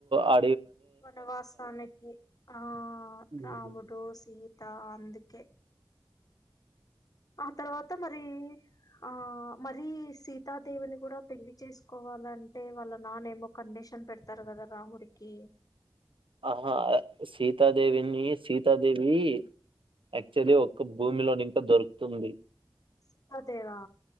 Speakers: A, on the right (about 80°); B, on the left (about 45°).
A: ఆ
B: వనవాసానికి ఆ
A: ఉమ్.
B: రాముడో సీ దా అందుకే ఆ తర్వాత మరి ఆ మరి సీతాదేవిని కూడా పెళ్లి చేసుకోవాలంటే వాళ్ళ నాన్న ఏమో కండిషన్ పెడతారు కదా రాముడికి
A: ఆహా సీతాదేవిని సీతాదేవి యాక్చువల్లీ ఒక్క భూమిలోని ఇంకా దొరుకుతుంది.
B: సీతాదేవా